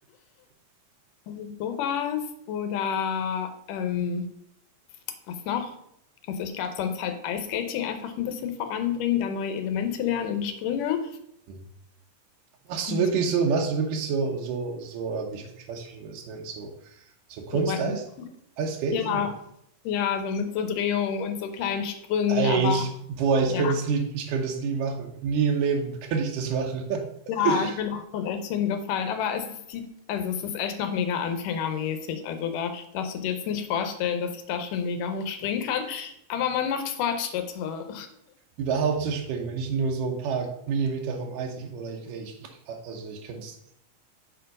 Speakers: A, on the left (about 90°); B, on the right (about 85°).
A: Also sowas. Oder ähm, was noch? Also ich glaube, sonst halt Eiskating einfach ein bisschen voranbringen, da neue Elemente lernen und Sprünge.
B: Hm. Machst
A: Und
B: du wirklich
A: so
B: so, machst du wirklich so, so, so, äh, wie ich, ich weiß nicht, wie man das nennt, so, so Kunst-Eis,
A: Rücken.
B: Eisskating?
A: ja,
B: oder?
A: ja, so mit so Drehungen und so kleinen Sprüngen,
B: Ey,
A: aber
B: ich, boah, ich
A: ja,
B: könnte es nie, ich könnte es nie machen. Nie im Leben könnte ich das machen. <laughs>
A: ja ich bin auch schon echt hingefallen. Aber es ist die, also es ist echt noch mega anfängermäßig. Also da darfst du dir jetzt nicht vorstellen, dass ich da schon mega hoch springen kann. Aber man macht Fortschritte.
B: Überhaupt zu springen, wenn ich nur so ein paar Millimeter vom Eis, ich, oder ich, ey, ich, ich, also ich könnte es,